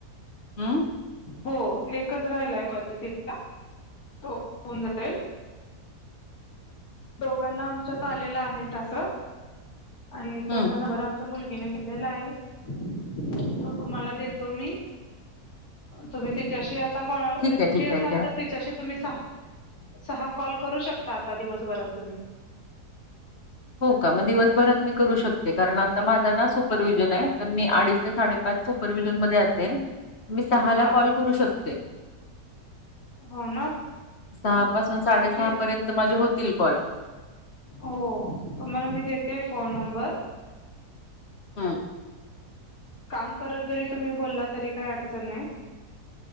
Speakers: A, on the left; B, on the left.
A: ह्
B: हो एकच राहिलाय कॉ तिथ तोन जाईल दोघांना आमच्यात आलेला आहे टास आणि त्याचा
A: हम्म
B: नबर आम मुलगीने घेतलेला आहे तो तुम्हाला देतो मी तुम्ही तिच्याशी आ फ्री
A: ठीक आहे ठीक आहे
B: असाल
A: द्या
B: तर त्यािच्याशी तुम्ही सहा सहा कॉल करू शकता आता दिवसभरात तुम्ही
A: हो का मग दिवसभरात मी करू शकते कारण आता माझं ना सुपरवि्हजन आहे तर मी अडीच ते साडेपाच सुपरव्हिजन मध्ये असेन मी सहा ला
B: हा
A: कॉल करू शकते
B: हो ना
A: सहा पासून साडेसहा
B: ठीक
A: पर्यंत माझे होतील कॉल
B: हो तुम्हाला मी देते फोन नंबर
A: हा
B: काम करत जरी तुम्ही बोलला तरी काही अडचण नाही